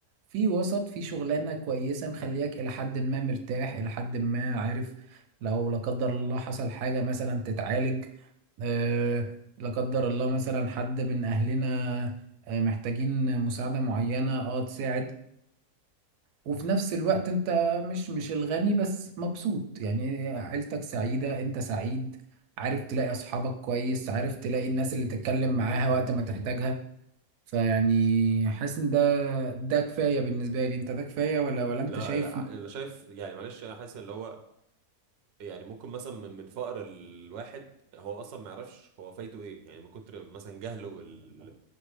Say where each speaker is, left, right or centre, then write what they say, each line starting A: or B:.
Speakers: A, on the right (about 85°); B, on the right (about 60°).
A: في وسط في شغلانة كويسة مخلياك إلى حد ما مرتاح إلى حد ما عارف لو لا قدر الله حصل حاجة مثلا تتعالج آه، لا قدر الله مثلا حد من اهلنا آه، محتاجين مساعدة معينة اه تساعد وفي نفس الوقت انت مش مش الغني بس مبسوط يعني عيلتك سعيدة انت سعيد عارف تلاقي اصحابك كويس عارف تلاقي الناس اللي تتكلم معاها وقت ما تحتاجها فيعني حاسس ان ده ده كفاية بالنسبة لي انت ده كفاية ولا ولا انت
B: لا
A: شايف
B: يع- انا شايف يعني معلش انا حاسس اللي هو يعني ممكن مثلا من من فقر الواحد هو اصلا ما يعرفش هو فايته ايه يعني من كتر مثلا جهله بال...